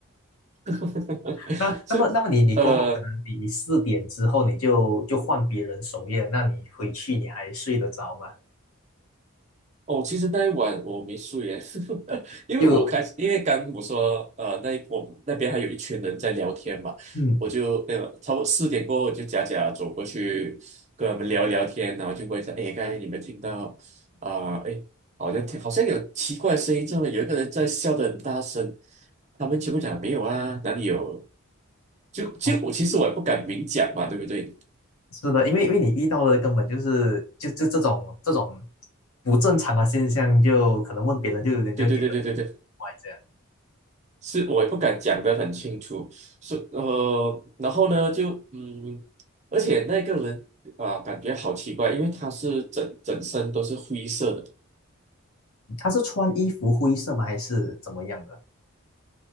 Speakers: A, on the right; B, on the left.
A: <laughs>
B: <laughs> 那那么那么你你过后可能你四点之后你就就换别人守夜了那你回去你还睡得着吗？
A: 是，呃。哦，其实那一晚我没睡耶，<laughs> 因为我开始，
B: 就
A: 因为刚我说，呃，那一我们那边还有一群人在聊天嘛，
B: 嗯，
A: 我就呃，差不多四点过后，我就假假走过去跟他们聊聊天，然后就问一下，哎，刚才你们听到啊，哎、好像听好像有奇怪的声音，这么有一个人在笑的很大声，他们全部讲没有啊，哪里有？就就我其实我也不敢明讲嘛，
B: 哦
A: 对不对？
B: 是的，因为因为你遇到的根本就是就就这种这种不正常的现象，就可能问别人就人家觉得你很怪这样。
A: 对对对对对对，是我也不敢讲得很清楚，是呃，然后呢，就嗯，而且那个人啊，感觉好奇怪，因为他是整整身都是灰色的。
B: 他是穿衣服灰色吗？还是怎么样的？